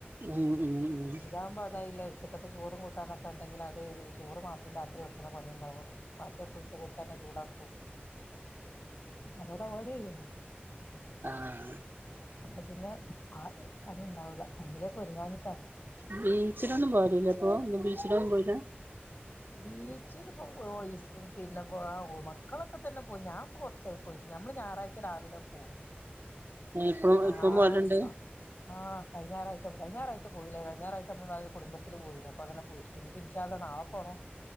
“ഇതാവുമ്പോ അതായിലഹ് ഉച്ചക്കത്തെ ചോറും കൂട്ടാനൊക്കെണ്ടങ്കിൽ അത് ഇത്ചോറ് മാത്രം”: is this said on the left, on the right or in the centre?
Left